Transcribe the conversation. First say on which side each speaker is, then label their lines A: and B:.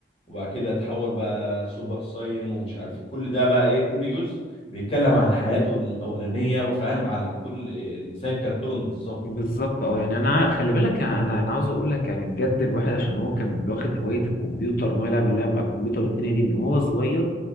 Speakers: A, on the left; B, on the left.
A: وبعد كده اتحول بقى سوبر ساين ومش عارف إيه. كل ده بقى ايه كل جزء بيتكلم عن حياته الاولانيه وفاهم على كل زي الكرتون بالظبط
B: بالظبط اه يعني انا خلي بالك انا انا أنا عاوز اقول لك يعني بجد الواحد عشان هو كان واخد هوايه الكمبيوتر ان هو يلعب اللعب على الكمبيوتر والدنيا دي من هو صغير